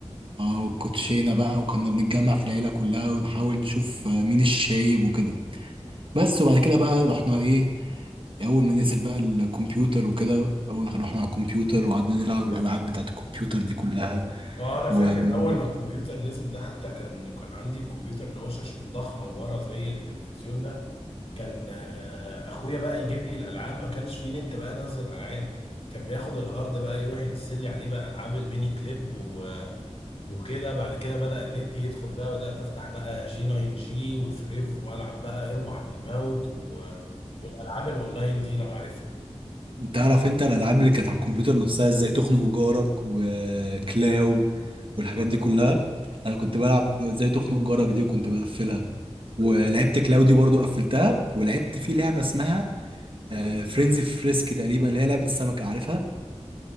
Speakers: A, on the right; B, on the left.
A: اه وكوتشينه بقى وكنا بنتجمع في العيله كلها ونحاول نشوف مين الشايب وكده بس وبعد كده بقى رحنا ايه اول ما نزل بقى الكمبيوتر وكده اول ما رحنا على الكمبيوتر وقعدنا نلعب الالعاب بتاعت الكمبيوتر دي كلها
B: اه انا فاكر
A: و <clears throat>
B: اول ما الكمبيوتر نزل ده حتى كان كان عندي الكمبيوتر اللي هو شاشته ضخمه لورا زي التلفزيون ده كان آه، اخويا بقى يجيب لي الالعاب ما كانش فيه نت بقى انزل العاب كان بياخد الهارد بقى يروح ينزل لي عليه بقى العاب الميني كليب و... وكده بعد كده بدأ النت يدخل بقى بدأت افتح بقى جي 9 جي وفريف والعب بقى اربح بالموت و... والالعاب الاونلاين دي لو عارفها
A: تعرف انت الالعاب اللي كانت على الكمبيوتر نفسها ازاي تخنق جارك وكلاو والحاجات دي كلها انا كنت بلعب ازاي تخنق جارك دي وكنت بقفلها ولعبت كلاو دي برضو قفلتها ولعبت في لعبه اسمها فرينزي فريسك تقريبا اللي هي لعبه السمكه عارفها